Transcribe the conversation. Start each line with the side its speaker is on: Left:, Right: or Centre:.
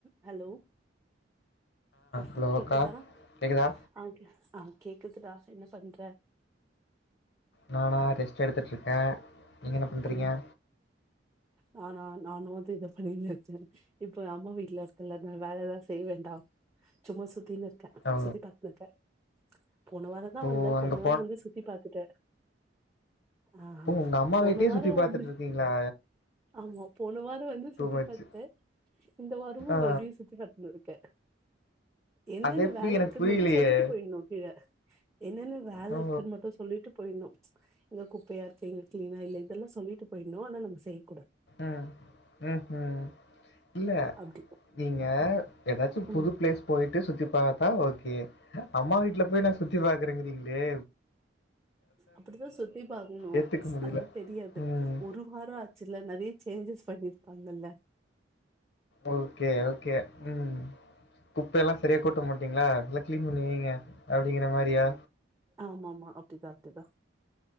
Right: Hello ஆ
Left: hello
Right: கேக்குதா
Left: அக்கா கேட்குதா
Right: ஆ ஆ கேக்குதுடா என்ன பண்ற
Left: நானா ரெஸ்ட் எடுத்துட்டு இருக்கே நீங்க என்ன பண்றீங்க
Right: ஆ நானா நானு அதேதா பண்ணிட்ருக்கே ஆனா நானு அது இத பண்ணி இப்ப அம்மா வீட்டுல இருக்கல வேல எல்லா செய்ய வேண்டா சும்மா சுத்தின்னு க்க
Left: ஓ
Right: சுத்தி பாத்துனுக்க போண வாரந்தா
Left: ஓ
Right: வந்தே
Left: அங்கே
Right: போண வாரம் வந்து சுத்தி பாத்துட்டே ஆ
Left: இப்ப உங்க அம்மா
Right: போன
Left: வீட்டயே
Right: வாரோ
Left: சுத்தி பாத்துட்ருக்கீங்களா
Right: வந்து ஆமா போன வார வந்து சுத்தி
Left: மச்
Right: பாத்தே இந்த வாரமு
Left: ஆ
Right: மறுபடியு சுத்தி பாத்துன்னு இருக்கே என்னென்ன
Left: அது எப்படி
Right: வேல
Left: எனக்கு
Right: இருக்குன்னு
Left: புரியலையே
Right: மட்டு சொல்லிட்டு போயிட்ணு கீழ என்னென்னு வேல
Left: ஓ
Right: இருக்குன்னு மட்டு சொல்லிட்டு போயிட்ணு இங்க குப்பையா இரு கிங்க க்லீனா இல்லை இதெல்லா சொல்லிட்டு போயிட்னு ஆனா நாம செய்
Left: ஆ ஆ ஆ இல்ல
Right: அப்டி
Left: நீங்க ஏதாச்சு
Right: ம்
Left: புது பிளேஸ் போயிட்டு சுத்தி பா த்தா ஓக்கே அம்மா வீட்ல போய் நா சுத்தி பாக்குறேங்கிறீங்களே
Right: அப்டிதா சுத்தி பாக்கனு
Left: ஏற்றுக்க
Right: ம்ச்
Left: முடியல
Right: அதெல்லா தெரியாது
Left: ம்
Right: ஒரு வார ஆச்சு இல்ல நெரைய சேஞ்சஸ் பண்ணிருப்பாங்கல
Left: ஓக்கே ஓக்கே ம் குப்ப எல்லா செரியா கூட்ட மாட்டீங்களா எல்லா கிளீன் பண்ணுவீங்க அப்டிங்கிற மாரியா
Right: ஆமா ஆமா அப்டிதா அப்டிதா